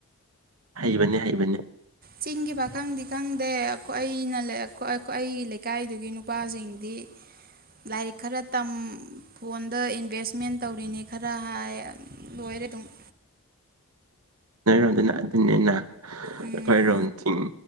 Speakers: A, on the right; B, on the right.
A: ꯍꯩꯕꯅꯦ ꯍꯩꯕꯅꯦ
B: ꯆꯤꯡꯒꯤ ꯄꯥꯈꯪꯗꯤ ꯈꯪꯗꯦ ꯑꯈꯣ ꯑꯩꯅ ꯂꯩ ꯑꯈꯣ ꯑꯈꯣ ꯑꯩꯒꯤ ꯂꯩꯀꯥꯏꯗꯨꯒꯤ ꯅꯨꯄꯥꯁꯤꯡꯗꯤ ꯂꯥꯏꯔꯤꯛ ꯈꯔ ꯇꯝ ꯐꯣꯟꯗ ꯏꯟꯚꯦꯁꯃꯦꯟ ꯇꯧꯔꯤꯅꯤ ꯈꯔ ꯍꯥꯏ ꯂꯣꯏ <unintelligible>
A: ꯅꯣꯏꯔꯣꯝꯗꯅ ꯑꯗꯨꯅꯤꯅ ꯑꯩꯈꯣꯏꯔꯣꯝ
B: ꯎꯝ
A: ꯊꯤꯡ